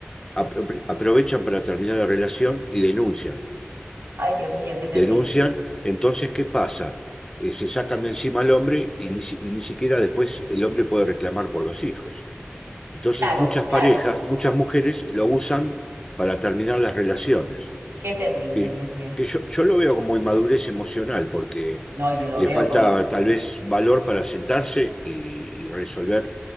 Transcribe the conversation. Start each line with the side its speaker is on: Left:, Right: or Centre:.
Left: apro- aprovechan para terminar la relación y denuncian.
Right: Ay, Dios mío, qué terrible.
Left: denuncian, entonces, ¿qué pasa? Eh, se sacan de encima al hombre y ni, si- y ni siquiera después el hombre puede reclamar por los hijos. Entonces,
Right: Claro,
Left: muchas
Right: claro,
Left: parejas, muchas mujeres lo usan para terminar las relaciones,
Right: qué terrible,
Left: que,
Right: Dios mío.
Left: que yo, yo lo veo como inmadurez emocional, porque
Right: No, yo lo
Left: le
Right: veo
Left: falta
Right: como...
Left: tal vez valor para sentarse y, y resolver